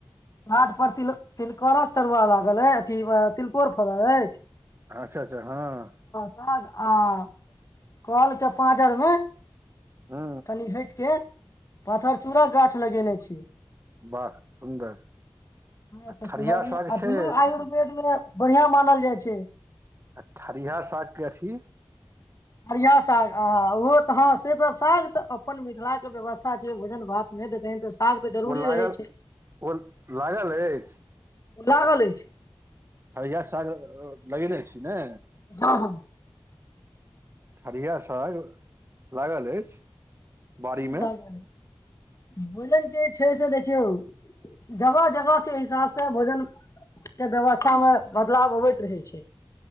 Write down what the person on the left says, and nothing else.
घाट पर तिल तिलकोरक तरुआ लागल अ अथी तिलकोर फड़ल अछि
कह आ कल के पाँजर में
कनि हैट केऽ पाथरचूड़ा गाछ लगेने छियै
ह
तऽ
कहलियै
आ
दुनू आयुर्वेद में बढ़िआँ मानल जाइ छै
ठरिया साग आ ओहो तऽ हँ से सभ साग तऽ अपन मिथिला के व्यवस्था छै भोजन भात नहि त तेहैन तऽ साग
जरूरी
रहै छै
लागल अछि
हँ हँ
ल बोलै जे छै से देखियौ जगह जगह के हिसाब से भोजन के व्यवस्था मे बदलाव अबैत रहै छै